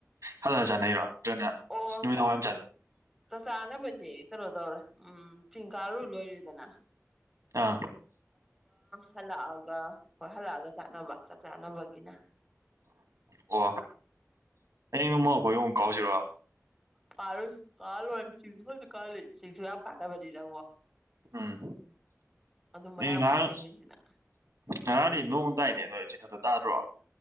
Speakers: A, on the right; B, in the centre.
A: ꯍꯜꯂꯒ ꯆꯥꯅꯩꯔꯣ ꯅꯠꯇ꯭ꯔꯅ
B: ꯑꯣ
A: ꯅꯨꯃꯤꯗꯥꯡ ꯋꯥꯏꯔꯝ ꯆꯥꯅ
B: ꯆꯥꯛ ꯆꯥꯅꯕꯁꯦ ꯀꯩꯅꯣ ꯇꯧꯔꯦ ꯎꯝ ꯆꯤꯡ ꯀꯥꯔꯨ ꯂꯣꯏꯔꯗꯅ
A: ꯑꯥ
B: ꯍꯜꯂꯛꯑꯒ ꯍꯣꯏ ꯍꯜꯂꯛꯑꯒ ꯆꯥꯅꯕ ꯆꯥꯛ ꯆꯥꯅꯕꯒꯤꯅ
A: ꯑꯣ ꯑꯩ ꯅꯣꯡꯃ ꯑꯩꯈꯣꯏ ꯑꯈꯨꯝ ꯀꯥꯎꯁꯤꯔꯣ
B: ꯀꯥꯔꯨꯁꯤ ꯀꯥꯔ ꯂꯣꯏꯔꯦ ꯁꯤꯁꯤꯡꯁꯣꯜꯁꯨ ꯀꯜ ꯁꯤꯁꯤꯡꯁꯕ ꯀꯥꯗꯕꯗꯤꯔ
A: ꯎꯝ
B: ꯑꯗꯨꯝ ꯃꯌꯥꯝ
A: ꯑꯩ ꯉꯍꯥꯟ
B: ꯀꯥꯟꯅꯩꯉꯩꯁꯤꯅ
A: ꯉꯔꯥꯡꯗꯩ ꯅꯣꯡ ꯑꯗꯨꯗꯥꯏꯅꯦ ꯑꯗꯣ ꯑꯗꯨꯗꯗ ꯇꯥꯗ꯭ꯔꯣ